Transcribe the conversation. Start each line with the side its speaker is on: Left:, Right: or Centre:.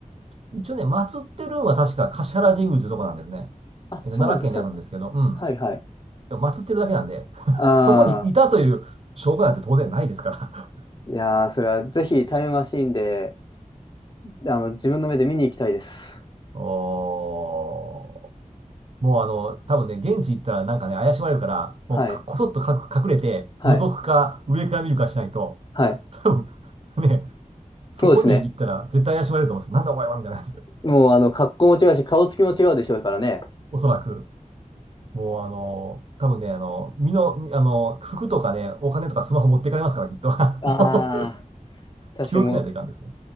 Right: ん。一応ね、祀ってるんは確か橿原神宮というとこなんですね。
Left: あ、
Right: えっと、
Left: そうなんですよ。
Right: 奈良県にあるんですけど、
Left: そ、
Right: うん。
Left: はいはい。
Right: でも祀ってるだけなんで、<laughs>
Left: ああ、
Right: そこにいたという証拠なんて当然ないですから。
Left: いやー、それはぜひタイムマシーンで、あの、自分の目で見に行きたいです。
Right: <laughs> おー。もうあの、多分ね、現地行ったらなんかね、怪しまれるから、もうかこそっとかく隠れて、
Left: はい。はい。
Right: 覗くか、上から見るかしないと、
Left: はい。
Right: 多分 <laughs> ね、そこに行ったら絶対怪しまれると思うんですよ。
Left: そうですね。
Right: なんだお前はみたいな感じで。
Left: もう、あの、格好も違うし、顔つきも違うでしょうからね。
Right: おそらく。もうあの、多分ね、あの、身の、みあの、服とかね、お金とかスマホ持ってかれますから、きっと。<laughs>
Left: ああ、確かにもう、
Right: 気をつけないといかんですね。